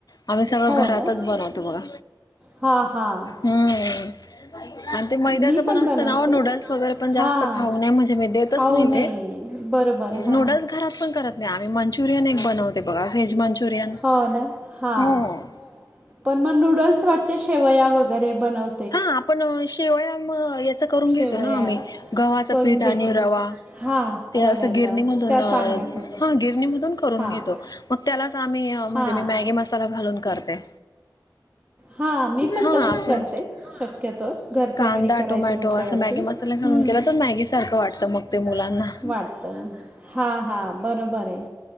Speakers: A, on the left (about 60°); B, on the right (about 20°).
A: आम्ही सगळं
B: हो
A: घरातच
B: ना मी सगळं
A: बनवतो, बघा,
B: हां हां
A: हं. आणि ते मैद्याचं
B: मी
A: पण असतं
B: बनवते
A: ना, ओ नूडल्स वगैरे पण जास्त
B: हां
A: खाऊ नये, म्हणजे मी देतच
B: खाऊ
A: नाही
B: नये
A: ते
B: बरोबर हा.
A: नूडल्स घरात पण करत नाही आम्ही, मंचुरियन एक बनवते, बघा, व्हेज मंचू रीयन
B: हो ना हा
A: हुं
B: पण मग, नूडल्स वाटचे, शेवया वगैरे बनव
A: हा, आपण अं... शेवया मं... याचं करून घेतो
B: शेवया
A: ना, आम्ही गव्हाचं
B: करून
A: पीठ
B: घेतो
A: आणि रवा.
B: हां
A: ते
B: रव्याचा
A: असं गिरणीमधून,
B: त्या
A: अं...
B: चांगल्या पडतात.
A: हा, गिरणीमधून करून
B: हां
A: घेतो. मग त्यालाच आम्ही, म्हणजे
B: हां
A: मी मॅगी मसाला घालून करते.
B: हा, मी पण
A: हा
B: तसंच
A: आपण
B: करते, शक्यतो. घरच्या
A: कांदा
B: घरी करायचं
A: टोमॅटो
B: म्हटल्यावरती,
A: असं मॅगी मसाला घालून
B: हं,
A: केला
B: मॅगी
A: तर सारखं वाटतं मग ते
B: सारखं
A: मुलांना
B: वाटतं... हा हा, बरोबर आहे,